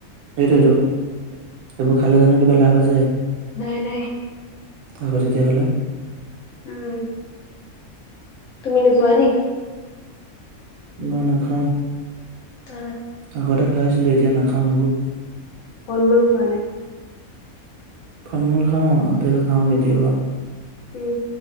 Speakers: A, on the right; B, on the left.
A: সেইটোৱেতো এইবোৰ খালে জানো কিবা লাভ আছে।
B: নাই নাই।
A: আকৌ তেতিয়া হ'লে।
B: উম তুমি নোখোৱা নি?
A: মই নাখাওঁ।
B: ত।
A: আগতে খাইছিলোঁ এতিয়া নাখাওঁ সেইবোৰ।
B: ফল মূল খোৱা নাই?
A: ফল মূল খাওঁ আপেল খাওঁ কেতিয়াবা।
B: উম